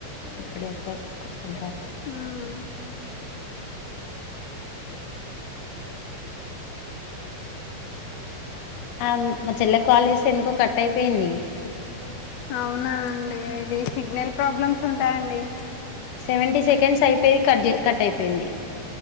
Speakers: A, on the left; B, on the left.
A: ఇప్పుడే అప్పుడే తీసుకొచ్చుకుంటారు
B: ఉమ్
A: ఆ మా చెల్లె కాల్ చేసి ఎందుకో కట్ అయిపోయింది
B: అవునా అండి ఇది సిగ్నల్ ప్రాబ్లమ్స్ ఉంటాయండి
A: సెవెంటీ సెకండ్స్ అయిపోయిది కట్ కట్ అయిపోయింది